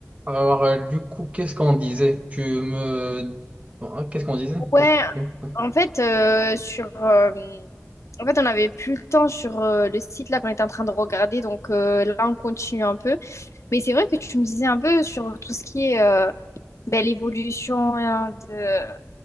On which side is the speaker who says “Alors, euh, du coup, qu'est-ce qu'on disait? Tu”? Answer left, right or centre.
Right